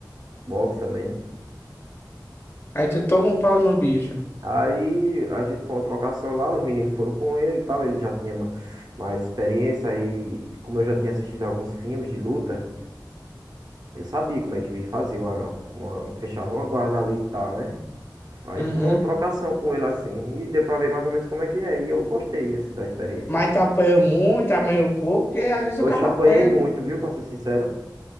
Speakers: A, on the right; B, on the left.
A: boxe também.
B: Aí tu toma um pau no bicho.
A: Aí a gente foi uma trocação lá, os meninos foram com ele e tal, ele já tinha ma- mais experiência aí, como eu já tinha assistido alguns filmes de luta, eu sabia como é que fazia uma, uma, fechava uma guarda ali e tal, né? Aí
B: Uhum.
A: foi uma trocação com ele assim, e deu pra ver mais ou menos como é que é, e eu gostei assim da experiência.
B: Mas tu apanhou muito, apanhou pouco, porque às vezes
A: Hoje
B: o cabo
A: apanhei
B: apanha.
A: muito,
B: né?
A: viu, pra ser sincero.